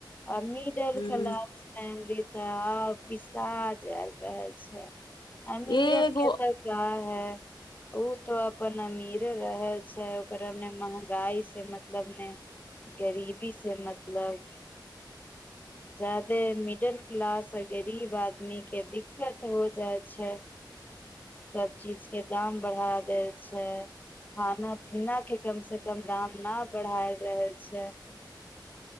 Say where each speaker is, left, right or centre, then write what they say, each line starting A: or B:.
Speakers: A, on the left (about 20°); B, on the left (about 70°).
A: मिडल
B: ह
A: क्लास फैमिली तऽ पिसा जैल रहल छै अमीरन
B: एगो
A: केतअ है ओ तो अपन अमीरे रह छै ओकर हमने महंगाई से मतलब ने गरीबी से मतलब
B: <inaudible>
A: जादे मिडल क्लास गरीब आदमी के दिक्कत हो जाय छै
B: ह <inaudible>
A: सब चीज के दाम बढ़ा देल छै खाना पीना के कम से कम दाम ना बढ़ाय रहल छै